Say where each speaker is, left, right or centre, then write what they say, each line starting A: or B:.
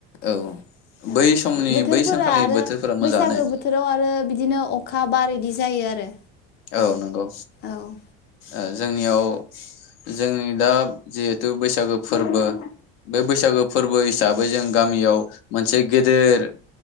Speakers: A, on the left; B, on the left.
A: औ बै
B: औ
A: समनि
B: बोथोरफोरा
A: बै सानखालि
B: आरो
A: बोथोरफोरा मोजाङानो
B: बैसागो बोथोराव आरो बिदिनो अखा बार इदि जायो आरो
A: औ नंगौ
B: औ
A: ओ जोंनियाव जोंनि दा जिहेथु बैसागो फोरबो बे बैसागो फोरबो हिसाबै जों गामियाव मोनसे गेदेर